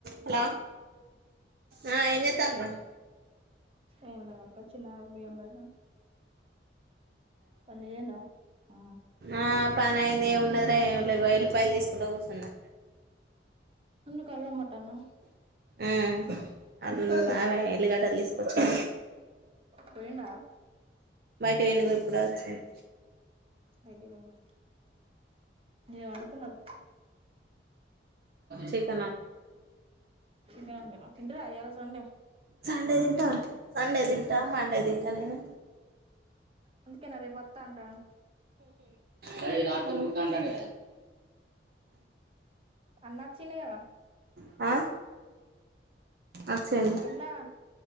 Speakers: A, on the right (about 55°); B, on the right (about 30°).
A: Hello ఆ ఏం చెత్తాన్ రు
B: ఏం లే అక్క చిన్నాయన బియ్యం పెడదాం పని చేయందా ఆ
A: ఆ పని అయింది ఏ ఉన్నదిరా ఏమ్ లే ఇగా ఎల్లిపాయలు తీసుకుంట కూసో అన్నా
B: నుందు కళ్ళ మాటనా
A: ఆ అ అవే ఎల్లుగడ్డలు తీసుకొచ్చా
B: పోయిండా
A: నేను గు ఇప్పుడే వచ్చాను
B: ఏదివేనా ఏమనుకున్నారు
A: చెక్
B: చికెన్ వండినా తింటారా ఇయ్యాల సండే
A: సండే దింటారా సండే దింటామ్ మండే దిన్ కానమ
B: అందుకే నా రే పత్తా అంటాన్
A: రేయ్ రాత్ర మూతాంటడే
B: అన్న వచ్చిండు కదా
A: ఆ వచ్చిండు
B: అన్నా